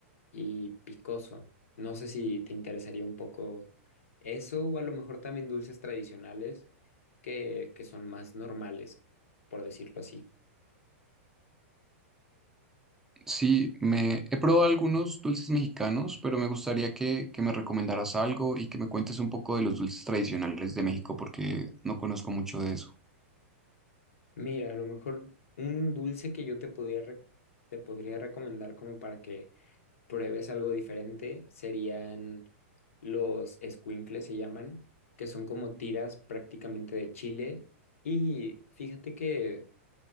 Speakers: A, on the left; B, in the centre.
A: y picoso. No sé si te interesaría un poco eso o a lo mejor también dulces tradicionales que, que son más normales, por decirlo así.
B: Sí, me he probado algunos dulces mexicanos, pero me gustaría que, que me recomendaras algo y que me cuentes un poco de los dulces tradicionales de México, porque no conozco mucho de eso.
A: Mira, a lo mejor un dulce que yo te podía re- te podría recomendar como para que pruebes algo diferente serían los escuincles, se llaman, que son como tiras prácticamente de chile. Y fíjate que